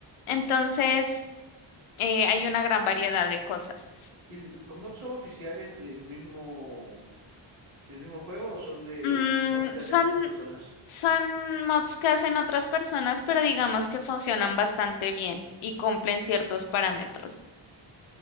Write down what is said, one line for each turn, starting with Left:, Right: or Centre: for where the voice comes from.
Left: Entonces, eh, hay una gran variedad de cosas.
Right: ¿Y l- los mods son oficiales del mismo, del mismo juego o son de
Left: Mm,
Right: mods que
Left: son,
Right: hacen otras personas?
Left: son mods que hacen otras personas, pero digamos que funcionan bastante bien y cumplen ciertos parámetros.